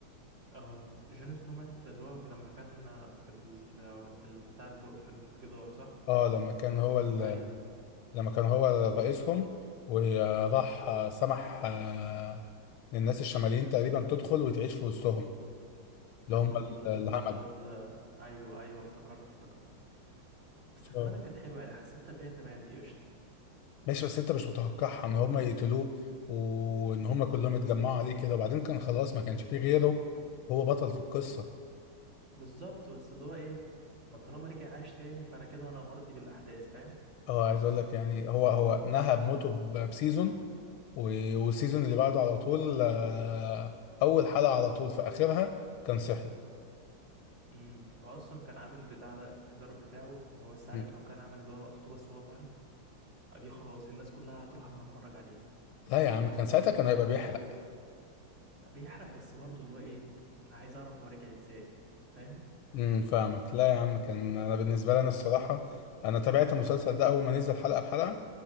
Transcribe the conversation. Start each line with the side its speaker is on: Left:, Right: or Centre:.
Right: اه جون سنو مات اللي هو لما كان في ال في ال- بتاع البر... في الجدار صح؟
Left: اه لما كان هو ال
Right: ايوه
Left: لما كان هو رئيسهم وراح آه، سمح آه، للناس الشماليين تقريبا تدخل وتعيش في وسطهم اللي
Right: فالتانيين
Left: هم ال-
Right: قتلوا
Left: الهمج
Right: بتاع ال... ايوه ايوه افتكرت افتكرت بس
Left: ف-
Right: خلي بالك كانت حلوة يعني حسيت اللي هي تمام دي قشطة
Left: ماشي بس انت مش متوقعها ان هم يقتلوه وان هم كلهم يتجمعوا عليه كده وبعدين كان خلاص ما كانش فيه غيره هو بطل في القصة
Right: بالظبط بس اللي هو ايه ما طالما رجع عاش تاني فانا كده انا مرضي بالاحداث فاهم؟
Left: اه عايز اقول لك يعني هو هو نهى بموته ب- بسيزون و- والسيزون اللي بعده على طول آه، اول حلقة على طول في اخرها كان صحي
Right: امم هو اصلا كان عامل البتاع ده التدرب بتاعه وهو بس عارف
Left: مم.
Right: لو كان عمل اللي هو لقطته بس وهو صاحي دي خلاص الناس كلها هتروح انا هتفرج عليه
Left: لا يا عم كان ساعتها كان هيبقى بيحرق
Right: لا بيحرق بس برضه اللي هو ايه انا عايز اعرف هو رجع ازاي فاهم
Left: امم فاهمك لا يا عم كان انا بالنسبه لي انا الصراحه انا تابعت المسلسل ده اول ما نزل حلقه بحلقه